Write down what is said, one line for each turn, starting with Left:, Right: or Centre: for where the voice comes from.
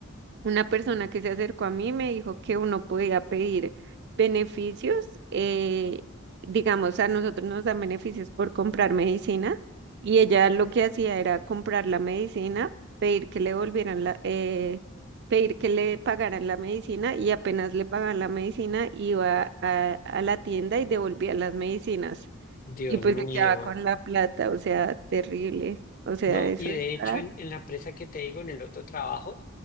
Right: una persona que se acercó a mí me dijo que uno podía pedir beneficios, eh, digamos, a nosotros nos dan beneficios por comprar medicina y ella lo que hacía era comprar la medicina, pedir que le volvieran la, eh, pedir que le pagaran la medicina y apenas le pagaban la medicina iba a, a la tienda y devolvía las medicinas
Left: Dios
Right: y pues
Left: mío.
Right: se quedaba con la plata, o sea, terrible, o sea,
Left: No,
Right: eso
Left: y
Right: está
Left: de hecho en, en la empresa que te digo, en el otro trabajo,